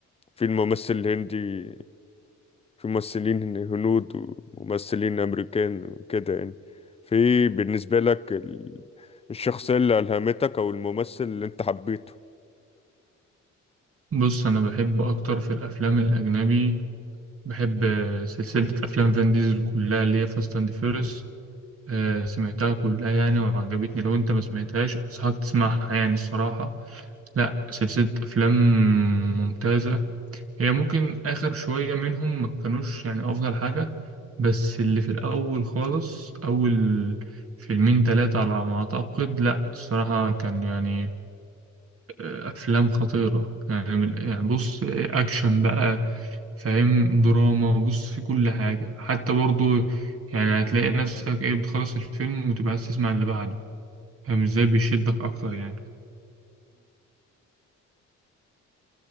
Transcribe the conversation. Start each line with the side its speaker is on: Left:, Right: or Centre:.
Left: في الممثل الهندي في ممثلين هنود وممثلين أمريكان وكده يعني في بالنسبة لك ال- الشخصية اللي ألهمتك أو الممثل اللي أنت حبيته
Right: بص أنا بحب أكتر في الأفلام الأجنبي بحب آه، سلسلة أفلام فان ديزل كلها اللي هي فاست أند فيرس سمعتها كلها يعني وعجبتني لو أنت ما سمعتهاش أنصحك تسمعها يعني الصراحة لا سلسلة أفلام ممتازة هي ممكن آخر شوية منهم ما كانوش يعني أفضل حاجة بس اللي في الأول خالص أول فيلمين تلاتة على ما أعتقد لأ الصراحة كان يعني أفلام خطيرة يعني من- يعني بص أكشن بقى فاهم دراما بص في كل حاجة حتى برضو يعني هتلاقي نفسك إيه بتخلص الفيلم وتبقى عايز تسمع اللي بعده فاهم إزاي بيشدك أكتر يعني